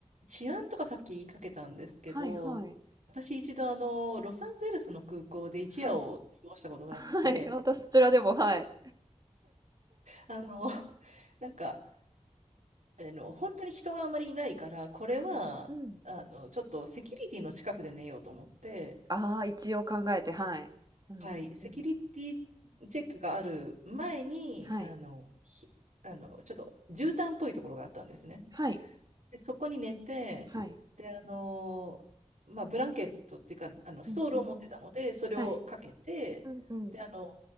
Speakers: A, on the right; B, on the right.
A: 治安とかさっき言いかけたんですけど、
B: はいはい。
A: 私一度あの、ロサンゼルスの空港で一夜を過ごしたことがあって、
B: はい。はい。<laughs> 私、そちらでも、はい。
A: あの、なんか、あの、本当に人があんまりいないから、これは、
B: はい。うん。
A: あの、ちょっとセキュリティの近くで寝ようと思って、
B: ああ、一応考えて、はい。うんうんうん。
A: はい、セキュリティチェックがある前に、
B: はい。
A: あの、ひ、あの、ちょっと絨毯っぽいところがあったんですね。
B: はい。
A: で、そこに寝て、
B: はい。
A: で、あの、まあ、ブランケットっていうか、あの、ストールを持ってたので、
B: うんうん。
A: それをかけて、
B: はい。うんうん。
A: で、あの、